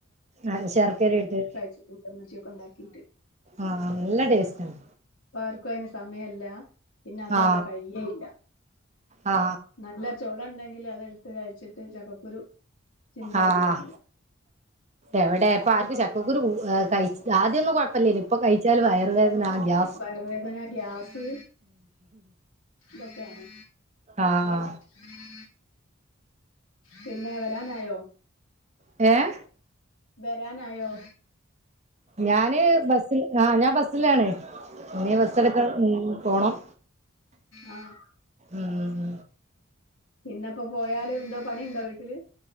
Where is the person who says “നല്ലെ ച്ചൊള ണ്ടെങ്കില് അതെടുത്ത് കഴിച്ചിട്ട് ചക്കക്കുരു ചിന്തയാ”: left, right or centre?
Left